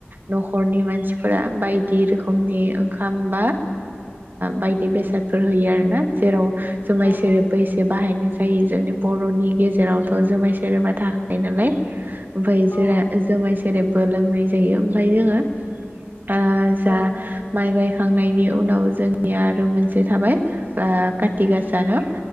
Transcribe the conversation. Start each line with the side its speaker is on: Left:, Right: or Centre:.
Right: न'खरनि मानसिफोरा बायदि रोखोमनि ओंखाम बा बायदि बेसाद फोर होयो आरो ना जेराव जुमाय
Left: औ
Right: सेर बैसे बाहायनो। जायो जोंनि बर'नि गेजेरावथ' जुमाय सेरोबा थाखायो नालाय। ओमफफ्राय
Left: औ
Right: जा जुमाय सेरेबबो लोंनाय जायो ओमफ्राय जोङो आ जा
Left: औ
Right: माइ गाय थांनायनि उनाव जोंनिया आरो मोनस से मोनसे थाबाय कथि गासा न।